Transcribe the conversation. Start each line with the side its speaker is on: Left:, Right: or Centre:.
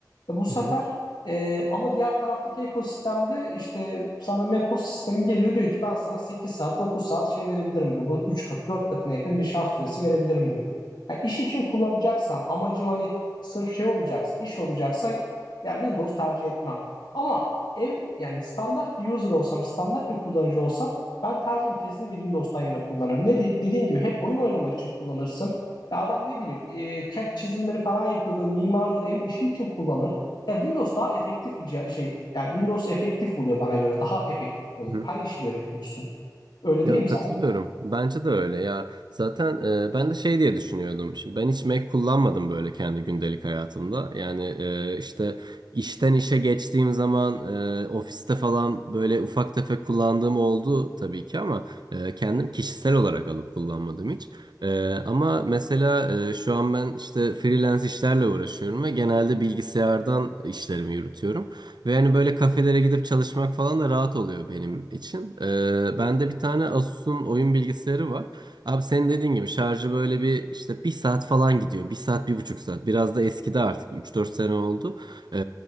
Left: E bu sefer
Right: hı
Left: ee, ama diğer taraftaki ekosistemde işte sana Mekos sistemi geliyor diyor ki ben sana 8 saat 9 saat şey verebilirim diyor. Bunun 3 katı 4 katına yakın bir şarj süresi verebilirim diyor. Yani iş için kullanacaksam amacım hani sırf şey olacaksa iş olacaksa ya Windows tercih etmem. Ama ev yani standart bir user olsam standart bir kullanıcı olsam ben tercihimi kesinlikle Windows'tan yana kullanırım. Ne de- dediğin gibi hem oyun oynamak için kullanırsın. Ya adam ne bileyim e, CAD çizimleri falan yapıyordur, mimardır, hem işi için kullanır. Ya Windows daha efektif bir cihaz, şey yani Windows efektif oluyor bana göre. Daha efektif oluyor.
Right: hı.
Left: Her işi görebiliyorsun. Öyle
Right: Ya
Left: değil mi
Right: katılıyorum.
Left: sen?
Right: Bence de öyle ya. Zaten e, ben de şey diye düşünüyordum. Şimdi ben hiç Mac kullanmadım böyle kendi gündelik hayatımda. Yani e, işte işten işe geçtiğim zaman e, ofiste falan böyle ufak tefek kullandığım oldu tabii ki ama e, kendim kişisel olarak alıp kullanmadım hiç. E, ama mesela e, şu an ben işte freelance işlerle uğraşıyorum ve genelde bilgisayardan işlerimi yürütüyorum. Ve hani böyle kafelere gidip çalışmak falan da rahat oluyor benim için. Ee, bende bir tane Asus'un oyun bilgisayarı var. Abi senin dediğin gibi şarjı böyle bir işte bir saat falan gidiyor. Bir saat, bir buçuk saat. Biraz da eskidi artık. üç dört sene oldu. Ee,